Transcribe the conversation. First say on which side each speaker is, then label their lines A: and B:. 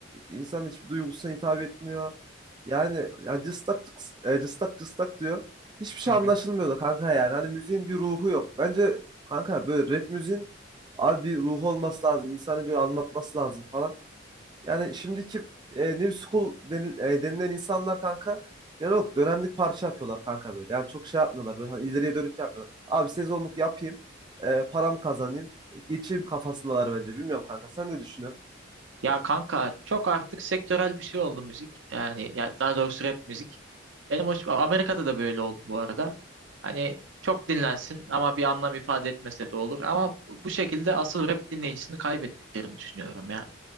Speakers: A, on the right; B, on the right.
A: İnsan hiçbir duygusuna hitap etmiyor. Yani ya cıstak cıs- e, cıstak cıstak diyor. Hiçbir şey
B: <laughs>
A: anlaşılmıyor da kanka yani. Hani müziğin bir ruhu yok. Bence kanka böyle rap müziğin abi bir ruhu olması lazım. İnsanı bir anlatması lazım falan. Yani şimdiki e, New School denil- e, denilen insanlar kanka yani yok dönemlik parça yapıyorlar kanka böyle. Yani çok şey yapmıyorlar böyle hani ileriye dönük yapmıyorlar. Abi sezonluk yapayım, e, param kazanayım, geçeyim kafasındalar bence. Bilmiyorum kanka sen ne düşünüyorsun?
B: Ya kanka çok artık sektörel bir şey oldu müzik. Yani ya daha doğrusu rap müzik. Benim hoş Amerika'da da böyle oldu bu arada. Hani çok dinlensin ama bir anlam ifade etmese de olur. Ama bu bu şekilde asıl rap dinleyicisini kaybettiklerini düşünüyorum ya.